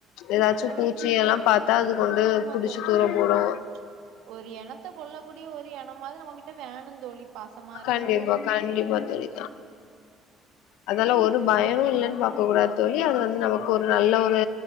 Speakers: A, on the left (about 80°); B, on the right (about 75°).
A: ஏதாச்சு
B: ஆ
A: பூச்சி எல்லா பாத்தா அது கொண்டு
B: ஆமா
A: புடிச்சி
B: தோழி.
A: தூர
B: கண்டிப்பா.
A: போடு
B: ஒரு எனத்த கொள்ள கூடிய ஒரு எனம்மாது நம்மகிட்ட வேணும் தோழி பாசமா இருக்கற
A: கண்டிப்பா
B: போல
A: கண்டிப்பா தோழி
B: ஆ
A: அதல்லா ஒரு பயனும் இல்லன்னு பாக்க கூடாது தோழி அது வந்து நமக்கு ஒரு நல்ல ஒரு